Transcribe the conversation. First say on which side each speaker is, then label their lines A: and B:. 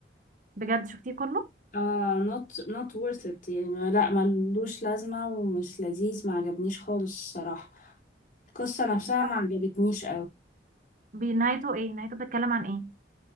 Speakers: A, on the right; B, on the left.
A: بجد شفتيه كله
B: اه not not worth it يعني ما- لا ملوش لازمة ومش لذيذ ما عجبنيش خالص الصراحة القصة نفسها ما
A: يلا.
B: عجبتنيش
A: بنهايته ايه نهايته بتتكلم عن ايه